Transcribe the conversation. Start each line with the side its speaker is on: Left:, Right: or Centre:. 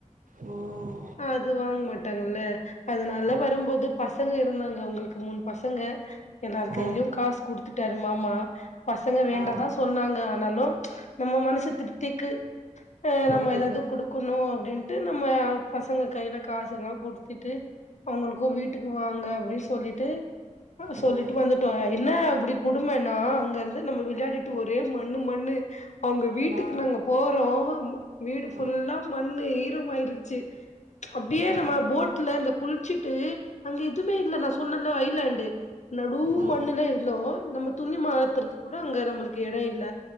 Right: ம்
Left: அது வாங்கமாட் டாங்கல்ல அதுனால
Right: ஆமா
Left: வரும்போது பசங்க இருந்தாங்க அவுங்களுக்கு மூணு பசங்க எல்லாரு
Right: ம்
Left: கைலயு காசு குடுத் த்துட்டாரு மாமா பசங்க வேண்டாதா
Right: ஆ
Left: சொன்னாங்க னாலு நம்ம மனசு திருப்திக்கு ஆ
Right: குடுத்துட்டு
Left: நம்ம ஏதாவது குடுக்கணு அப்படின் அ பசங்க கையில காசு எல்லா குடுத்துட்டு அவங்களுக்கு வீட்டுக்கு வாங்க அப்டின் சொல்லிட்டு
Right: ம்
Left: சொல்லிட்டு வந்துட்டோ என்ன அப்படி கொடுமைன்னா அங்க இருந்து நம்ம விளையாடிட்டு ஒரே மண்ணு மண்ணு அவங்க வீட்டுக்கு
Right: ஆ
Left: நாங்க போறோ வீடு ஃபுல்லா
Right: ஆ
Left: மண்ணு இரு ஆயிடுச்சு அப்படியே
Right: ஆ
Left: நம்ம போட்ல குளிச்சிட்டு அங்க எதுவுமே இல்ல நா சொன்னேல ஐலேண்டு நடு
Right: ம்
Left: மண்ணுல இருந்தோ நம்ம துணி மாத்துறதுக் கூட அங்க எடம் இருக்கு எடோ இல்ல